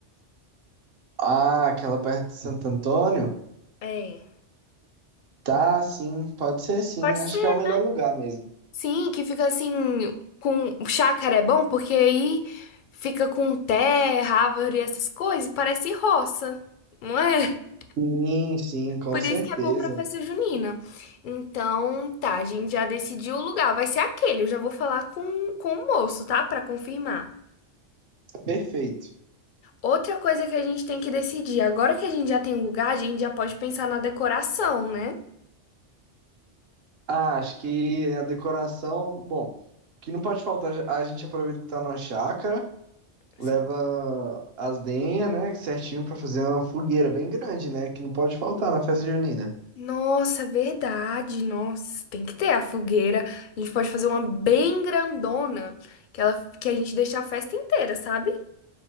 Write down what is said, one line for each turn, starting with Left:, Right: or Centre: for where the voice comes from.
Right: Ah, aquela perto de Santo Antônio?
Left: É.
Right: Tá, sim, pode ser sim.
Left: Pode ser.
Right: Acho que é o melhor lugar mesmo.
Left: Sim, que fica assim com chácara é bom porque aí fica com terra, árvore e essas coisas, e parece roça, não é? <laughs>
Right: Sim, sim, com
Left: Por
Right: certeza.
Left: isso que é bom pra festa junina. Então, tá, a gente já decidiu o lugar, vai ser aquele. Eu já vou falar com, com o moço, tá? Pra confirmar.
Right: Perfeito.
Left: Outra coisa que a gente tem que decidir, agora que a gente já tem o lugar, a gente já pode pensar na decoração, né?
Right: Ah, acho que a decoração, bom, que não pode faltar, a gente aproveita que tá numa chácara,
Left: Assim,
Right: leva as lenhas, né, certinho pra fazer uma fogueira bem grande, né, que não pode faltar na festa junina.
Left: Nossa, verdade. Nossa, tem que ter a fogueira. A gente pode fazer uma bem grandona, que ela, que a gente deixa a festa inteira, sabe?